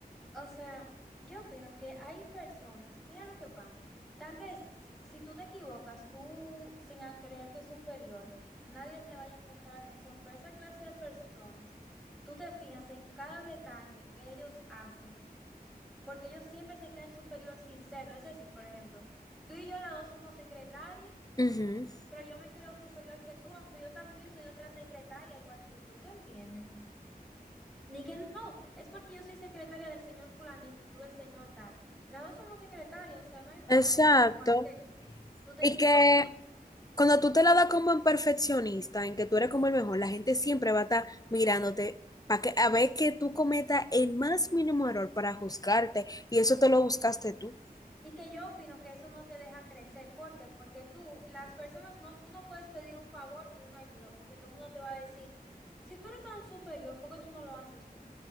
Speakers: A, in the centre; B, on the left.
A: O sea, yo opino que hay personas, mira lo que pasa, tal vez si si tú te equivocas, tú sin a- creerte superior, nadie le vaya a prestar atención, pero esa clase de personas, tú te fijas en cada detalle que ellos hacen, porque ellos siempre se creen superior sin serlo. Es decir, por ejemplo, tú y yo las dos somos secretarias,
B: Ujú.
A: pero yo me creo superior que tú, aunque yo también soy otra secretaria, igual que tú, ¿tú entiendes? Ni que no, es porque yo soy secretaria del señor fulanito y tú del señor tal. Las dos somos secretarias, o sea, no hay forma
B: Exacto.
A: de que por qué tú te
B: Y
A: quieras
B: que
A: sentir.
B: cuando tú te la das como en perfeccionista, en que tú eres como el mejor, la gente siempre va a estar mirándote para que a ver que tú cometas el más mínimo error para juzgarte y eso te lo buscaste tú.
A: Y que yo opino que eso no te deja crecer. ¿Por qué? Porque tú, las personas, no, tú no puedes pedir un favor ni una ayuda, porque todo el mundo te va a decir, si tú eres tan superior, ¿por qué tú no lo haces tú?